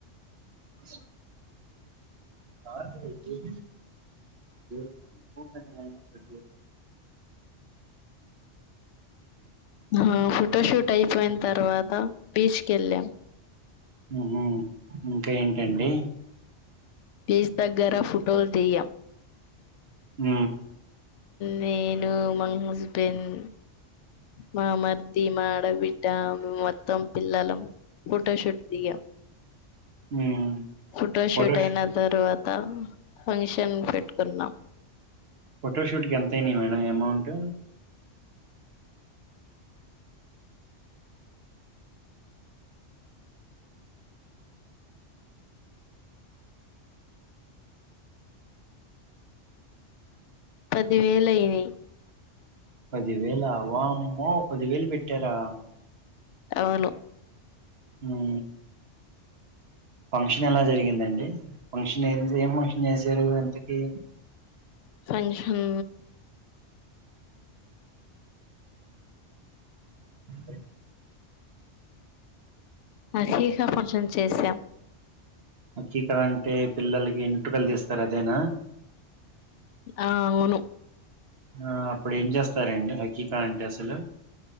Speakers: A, on the right (about 60°); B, on the left (about 75°).
A: స హా ఈ రోజు అయినంక
B: అహ ఫోటోషూట్ అయిపోయిన తర్వాత బీచ్కేళ్ళాం.
A: ఉహు ఇంకా ఏంటండి.
B: పీజ్ దగ్గర ఫోటోలు తియ్యం.
A: ఊ
B: నేను మా హస్బ్ బెండ్ మా మర్ది మా ఆడబిడ్డ మొత్తం పిల్లలం ఫోటోషూట్ దిగాం
A: ఉమ్
B: ఫోటోషూట్
A: ఫోటోష్
B: అయినా తరువాత ఫంక్షన్ పెట్టుకున్నాం
A: ఫోటోషూట్కి ఎంతయినీయి మేడం అమౌంట్
B: పదివేలయినయి.
A: పదివేలా వామ్మో పదివేలు పెట్టారా
B: అవును.
A: ఊ ఫంక్షన్ ఎలా జరిగిందండి ఫంక్షన్ ఏం ఏం ఫంక్షన్ చేసారు ఇంతకీ
B: ఫంక్షన్
A: అ
B: హకిక ఫంక్షన్ చేసాం
A: హాక్కిక అంటే పిల్లలకి ఇంటుకలు తీస్తారు అదేనా
B: ఆ అవును.
A: ఆ అప్పుడు ఏం చేస్తారండి హకీకా అంటే అసలు